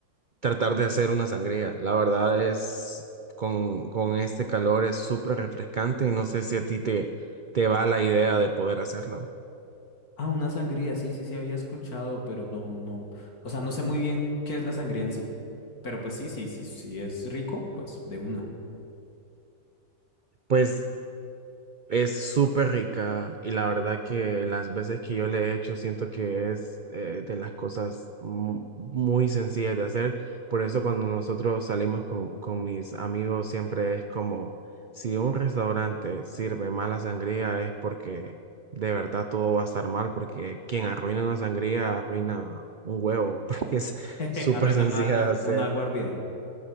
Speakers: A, on the right (about 70°); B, on the left (about 60°).
A: tratar de hacer una sangría. La verdad es, con, con este calor es súper refrescante y no sé si a ti te, te va la idea de poder hacerla.
B: Ah, una sangría, sí, sí, sí había escuchado, pero no, no. O sea, no sé muy bien qué es la sangría en sí. Pero pues sí, sí, sí, sí es rico, pues de una.
A: Pues es súper rica y la verdad que las veces que yo le he hecho siento que es eh, de las cosas mu- muy sencillas de hacer. Por eso cuando nosotros salimos con, con mis amigos siempre es como si un restaurante sirve mala sangría es porque de verdad todo va a estar mal, porque quien arruina una sangría arruina un huevo, <laughs> porque es
B: <laughs> Jeje,
A: súper
B: Arruina
A: sencilla
B: una,
A: de hacer.
B: una agua hervida.